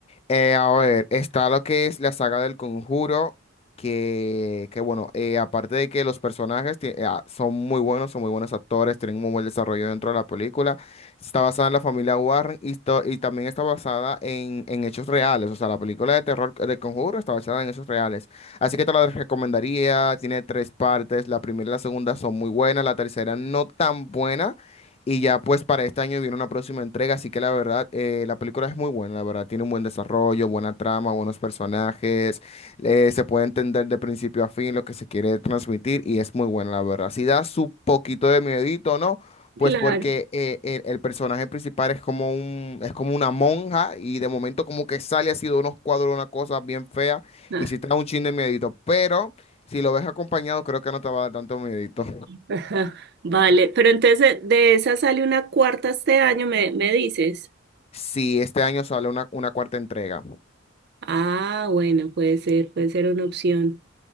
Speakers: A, on the left; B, on the right.
A: Eh, a ver, está lo que es la saga del Conjuro, que, que bueno, eh, aparte de que los personajes tie- eh, ah, son muy buenos, son muy buenos actores, tienen un muy buen desarrollo dentro de la película, está basada en la familia Warren y, to- y también está basada en, en hechos reales, o sea, la película de terror del Conjuro está basada en hechos reales, así que te la recomendaría, tiene tres partes, la primera y la segunda son muy buenas, la tercera no tan buena. Y ya pues para este año viene una próxima entrega, así que la verdad, eh, la película es muy buena, la verdad, tiene un buen desarrollo, buena trama, buenos personajes, eh, se puede entender de principio a fin lo que se quiere transmitir y es muy buena, la verdad. Si da su poquito de miedito, ¿no? Pues
B: Claro.
A: porque eh, el, el personaje principal es como un, es como una monja y de momento como que sale así de unos cuadros, una cosa bien fea
B: Ah,
A: y si te da un chin de miedito, pero si lo ves acompañado creo que no te va a dar tanto miedito.
B: <laughs> ajá. Vale, pero entonces eh, de esa sale una cuarta este año, me, me dices.
A: Si este año sale una, una cuarta entrega.
B: Ah, bueno, puede ser, puede ser una opción.